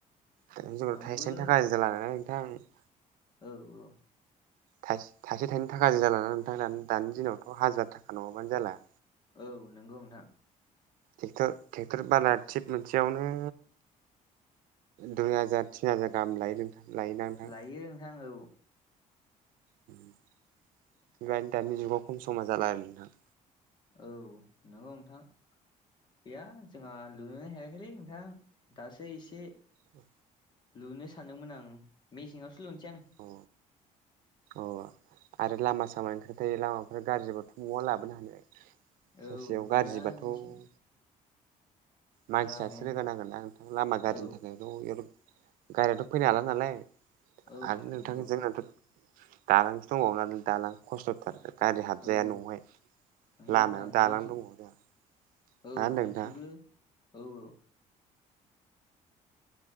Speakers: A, on the right; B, on the left.
A: जों'
B: आंबो
A: थाइसे थाइनै थाखा जालालाय नोंथां <unintelligible>
B: औ औ
A: थाइसे थाइनै थाखाजो जाालाना नोंथां दानि दिनावथ' हाजार थाखा नङाबानो जाला?
B: औ नोगौ नोंथां।
A: ट्रेक्टर ट्रेक्टर बाला थिब मोनसेयावनो दुइ हाजार तिन हाजार गाहाम लायो नोंथां लायोना नोंथां?
B: लायो नोंथां औ
A: <unintelligible> दानि जुगाव खम समा जाला आरो नोंथां
B: औ नंगौ नोंथां। गैया जोंहा लुोनोनो हायाखैलै नोंथां दासो एसे
A: औ
B: लुनो सानदोंमोन आं मेसेंङावसो लुनो
A: अ अ आरो लामा सामानि खोथा थायो लामाफ्रा गाज्रिबाथ' बहा लाबोनो हानो।
B: औ
A: ससेयाव गाज्रिबाथ'?
B: गैया जोंथिं
A: मानसियासो
B: लामायानो
A: रोगानांगोन ना नोंथां लामा गाज्रिनि
B: औ
A: थाखायल' गारियाथ' फैनो हाला नालाय
B: औ
A: आरो नोंथां
B: नंगौ
A: जोंनाथ' दालांसो दंबाव नाय दालां खस्थ'थारगोन गारि हाबजाया
B: औ
A: न'आवहाय
B: नंगौ
A: लामायाव
B: नोंथां
A: दालां
B: जोंथिं
A: दङ जोंहा। मा
B: औ
A: होनदों
B: जोंथिंबो
A: नोंथाङां।
B: औ औ